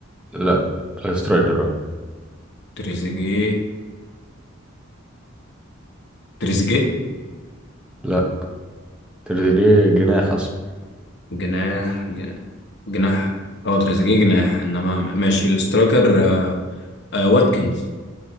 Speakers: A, in the centre; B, on the left (about 60°).
A: لا سترايكر اه
B: تريزيجيه تريزيجيه
A: لا تريزيجيه جناح اصلا
B: جناح جناح جناح- اه تريزيجيه جناح انما ماشي الاسترايكر آه آه واتكنز